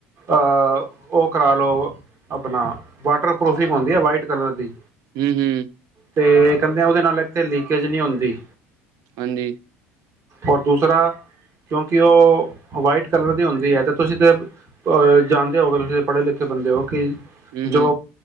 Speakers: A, on the right (about 45°); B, on the right (about 65°).
A: ਅਹ ਉਹ ਕਰਾ ਲਉ ਆਪਣਾ ਵਾਟਰਪ੍ਰੂਫ਼ਿੰਗ ਹੁੰਦੀ ਹੈ ਵਾਈਟ ਕਲਰ ਦੀ।
B: ਹਮ ਹਮ,
A: ਤੇ ਕਹਿੰਦੇ ਉਹਦੇ ਨਾਲ ਇੱਥੇ ਲੀਕੇਜ ਨਹੀਂ ਹੁੰਦੀ,
B: ਹਾਂਜੀ।
A: ਔਰ ਦੂਸਰਾ ਕਿਉਂਕਿ ਉਹ ਵਾਈਟ ਕਲਰ ਦੀ ਹੁੰਦੀ ਹੈ, ਤੇ ਤੁਸੀਂ ਤਾਂ ਅ ਜਾਣਦੇ ਹੋਗੇ ਤੁਸੀਂ ਪੜ੍ਹੇ ਲਿਖੇ ਬੰਦੇ ਹੋ ਕਿ
B: ਹੂੰ-ਹੂੰ।
A: ਜੋ